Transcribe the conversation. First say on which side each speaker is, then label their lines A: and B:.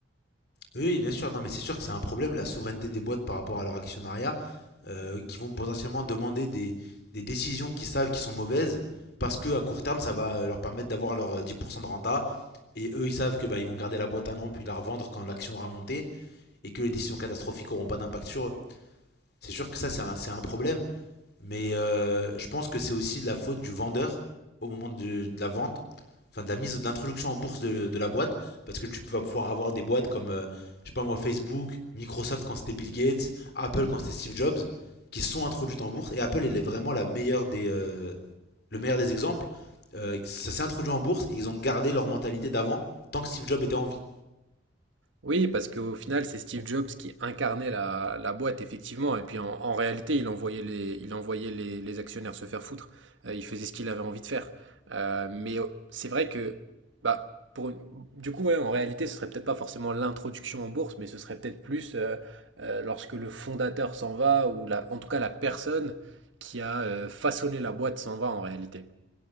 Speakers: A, on the left (about 55°); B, on the right (about 75°).
A: Oui, bien sûr. Non, mais c'est sûr que c'est un problème, la souveraineté des boîtes par rapport à leur actionnariat, euh, qui vont potentiellement demander des, des décisions qu'ils savent qui sont mauvaises, parce que à court terme, ça va euh, leur permettre d'avoir leur euh, 10% de renta. Et eux, ils savent que bah, ils vont garder la boîte un an, puis la revendre quand l'action aura monté, et que les décisions catastrophiques n'auront pas d'impact sur eux. C'est sûr que ça, c'est un, c'est un problème. Mais euh, je pense que c'est aussi la faute du vendeur au moment de, de la vente, enfin de la mise, de l'introduction en bourse de, de la boîte, parce que tu vas pouvoir avoir des boîtes comme, euh, je sais pas moi, Facebook, Microsoft quand c'était Bill Gates, Apple quand c'était Steve Jobs, qui sont introduites en bourse. Et Apple, elle est vraiment la meilleure des, euh, le meilleur des exemples. Euh, ça s'est introduit en bourse et ils ont gardé leur mentalité d'avant tant que Steve Jobs était en vie.
B: Oui, parce qu'au final, c'est Steve Jobs qui incarnait la, la boîte, effectivement. Et puis en, en réalité, il envoyait les, il envoyait les, les actionnaires se faire foutre. Euh, il faisait ce qu'il avait envie de faire. Euh, mais euh, c'est vrai que, bah, pour une- du coup, ouais, en réalité, ce serait peut-être pas forcément l'introduction en bourse, mais ce serait peut-être plus euh, euh, lorsque le fondateur s'en va, ou la, en tout cas la personne qui a euh, façonné la boîte s'en va en réalité.